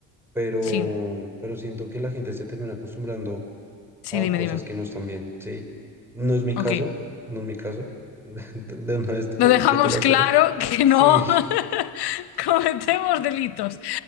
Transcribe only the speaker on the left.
Sí,
sí,
dime,
dime.
Ok.
Lo dejamos
claro que
no <laughs> cometemos delitos.